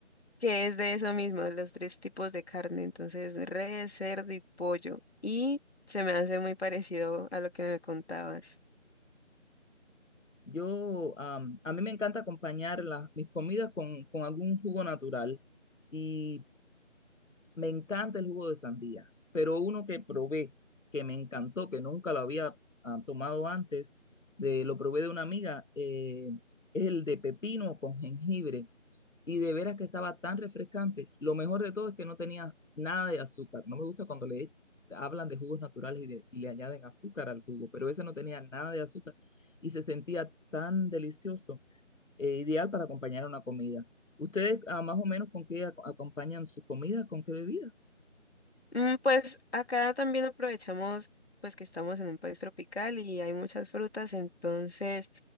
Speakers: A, on the left; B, on the left.
A: que es de eso mismo, de los tres tipos de carne, entonces res, cerdo y pollo. Y se me hace muy parecido a lo que me contabas.
B: Yo, am, a mí me encanta acompañar las, mis comidas con, con algún jugo natural y me encanta el jugo de sandía, pero uno que probé, que me encantó, que nunca lo había ah, tomado antes, de, lo probé de una amiga, eh, es el de pepino con jengibre y de veras que estaba tan refrescante. Lo mejor de todo es que no tenía nada de azúcar. No me gusta cuando le hablan de jugos naturales y, de, y le añaden azúcar al jugo, pero ese no tenía nada de azúcar y se sentía tan delicioso, eh, ideal para acompañar una comida. ¿Ustedes ah, más o menos con qué ac- acompañan sus comidas? ¿Con qué bebidas?
A: Mm, Pues acá también aprovechamos pues que estamos en un país tropical y hay muchas frutas, entonces,